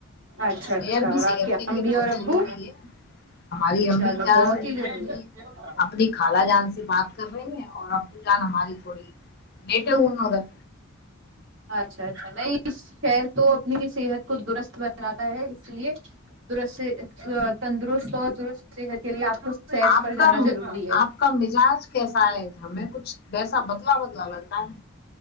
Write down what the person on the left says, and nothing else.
سیر
بھی
صحت
لیے
بہت
ضروری ہے ہماری امی
جان
اپنی
اپنی خالا جان سے بات کر رہی ہیں اور ابو جان ہماری تھوڑی لیٹے ان ادھر
آپ
کا
آپ کا مزاج کیسا ہے ہمیں کچھ ویسا بدلا بدلا لگ رہا ہے